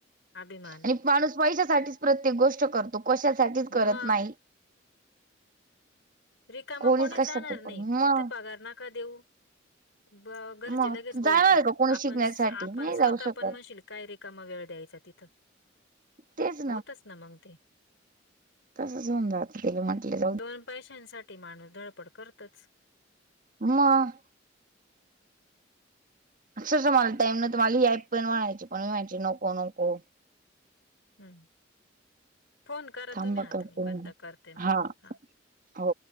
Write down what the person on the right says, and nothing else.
आणि माणूस पैशासाठीच प्रत्येक गोष्ट करतो कशासाठीच करत
नाही
कोणीच
कशासाठी
पण मग
मग
जाणार आहे का कोणी
शिकण्यासाठी
नाही
जाऊ शकत
तेच
तसंच होऊन जातं त म्हंटलं जाऊ
म अक्षरशः मला टाईम न तर मला याय पण म्हणायची पण मी म्हणायची नको नको
थांबा
करते
हा
हो